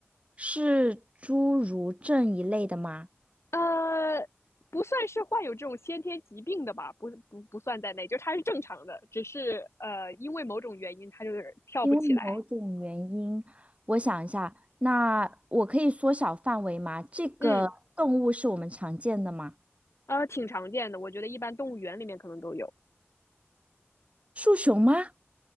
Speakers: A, on the right; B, on the left.
A: 是侏儒症一类的吗？
B: 呃，不算是患有这种先天疾病的吧，不不不算在内，就是他是正常的，只是呃因为某种原因它就是跳不起来。
A: 因为某种原因，我想一下，那我可以缩小范围吗？这个动物是我们常见的吗？
B: 嗯，呃，挺常见的，我觉得一般动物园里面可能都有。
A: 树熊吗？